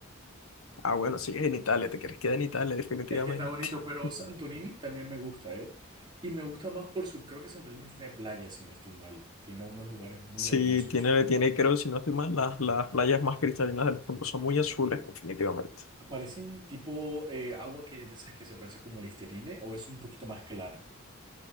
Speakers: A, on the left; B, on the right.
A: Ah, bueno, sí, es en Italia, te quieres quedar en Italia, definitivamente.
B: Es que está bonito, pero
A: <laughs>
B: Santorini también me gusta, ¿eh? Y me gusta más por su... Creo que Santorini tiene playas, si no estoy mal. Tiene unos lugares muy
A: Sí,
B: hermosos.
A: tiene, tiene, creo, si no estoy mal, las, las playas más cristalinas del mundo son muy azules, definitivamente.
B: Parecen tipo eh, agua que de esas que se parece como Listerine o es un poquito más clara.